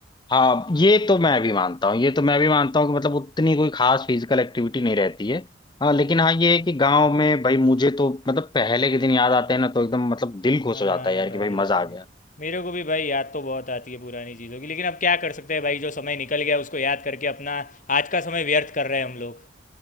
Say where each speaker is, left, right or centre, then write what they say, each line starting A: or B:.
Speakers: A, on the left; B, on the left.
A: हाँ ये तो मैं भी मानता हूँ ये तो मैं भी मानता हूँ कि मतलब उतनी कोई खास फिजिकल एक्टिविटी नहीं रहती है हाँ लेकिन हाँ ये है कि
B: हाँ
A: गांव में भाई मुझे तो मतलब पहले के दिन याद आते हैं ना तो एकदम मतलब दिल खुश
B: हाँ
A: हो जाता है यार
B: भाई
A: कि भाई मजा
B: भाई
A: आ गया
B: मेरे को भी भाई याद तो बहुत आती है पुरानी चीज़ों की लेकिन अब क्या कर सकते हैं भाई जो समय निकल गया उसको याद करके अपना आज का समय व्यर्थ कर रहे हैं हम लोग